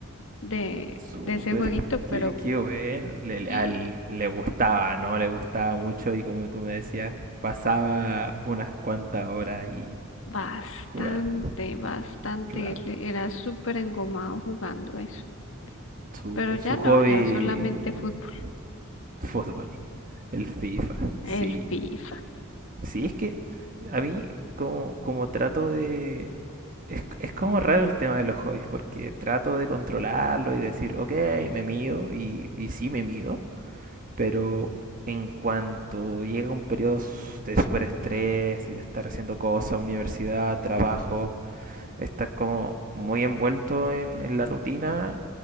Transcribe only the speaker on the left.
de,
de ese jueguito,
pero
y
bastante,
bastante,
él era súper engomado jugando eso.
Pero ya
no,
ya solamente fútbol,
el
FIFA.